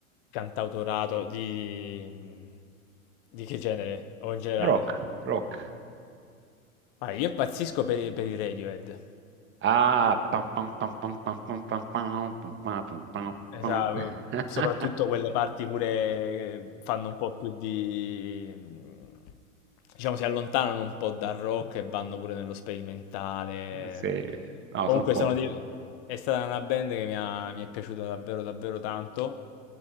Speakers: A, on the left; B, on the right.
A: cantautorato di... di che genere o in generale?
B: Rock, rock.
A: Ah, io impazzisco per i, per i Radiohead.
B: Ah, pam pam pam pam pam pam pam pam pam pam pam pam
A: Esa
B: pam.
A: uhm,
B: <laughs>
A: soprattutto quelle parti pure che fanno un po' più di mhmm, diciamo si allontanano un po' dal rock e vanno pure nello sperimentale.
B: Sì,
A: mhmm.
B: no,
A: Comunque
B: sono forti.
A: sono dei è stata una band che mi ha mi è piaciuta davvero, davvero tanto.